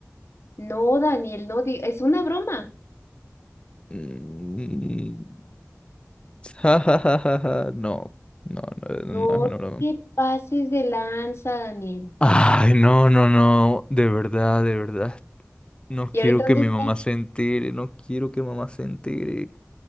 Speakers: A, on the left; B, on the left.
A: No, Daniel, no digas. Es una broma.
B: Mm, <laughs> ja, ja, ja, ja, ja. No, no, no,
A: No
B: no es una broma.
A: te pases de lanza, Daniel.
B: Ay, no, no, no, de verdad, de verdad. No
A: ¿Y
B: quiero
A: ahorita
B: que
A: dónde
B: mi
A: estás?
B: mamá se entere, no quiero que mamá se entere.